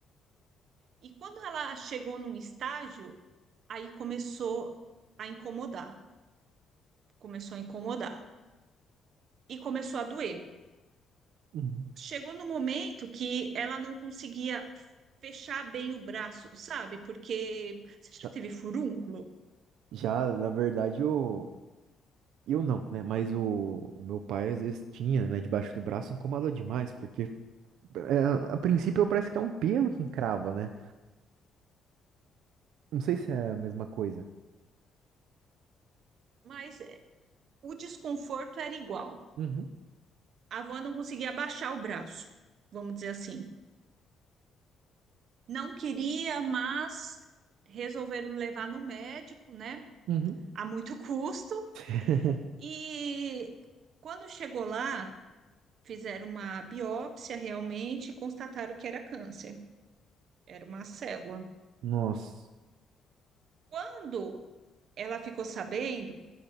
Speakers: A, on the right; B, on the right.
A: E quando ela chegou num estágio, aí começou a incomodar. Começou a incomodar. E começou a doer.
B: Uhum.
A: Chegou no momento que ela não conseguia fechar bem o braço, sabe? Porque você
B: Tá.
A: já teve furúnculo,
B: Já, na verdade, o. Eu não, né? Mas o, o meu pai às vezes tinha, né, debaixo do braço, incomoda demais, porque é, a princípio parece que é um pelo que encrava, né? Não sei se é a mesma coisa.
A: mas é, o desconforto era igual.
B: Uhum,
A: A avó não conseguia abaixar o braço, vamos dizer assim. Não queria, mas resolveram levar no médico, né?
B: uhum,
A: A muito <laughs> custo.
B: <laughs>
A: E quando chegou lá, fizeram uma biópsia realmente e constataram que era câncer, era uma célula.
B: Nossa.
A: Quando ela ficou sabendo,